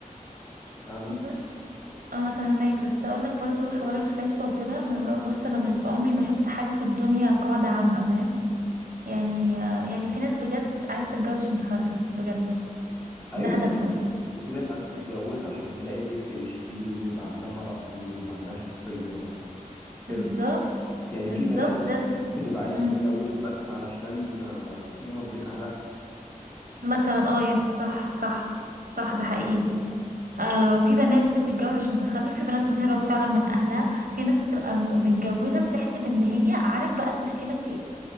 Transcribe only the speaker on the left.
فاهمه
ايوه
دي حقيقه وفي ناس عايزه تتجوز عشان تلاقي بيت تعيش فيه ويبقى عندها راي ويبقى عندها شخصيه وكده
يعني
في بنات
بتبقى عايزه
تتجوز بس علشان آه، تهرب من اهلها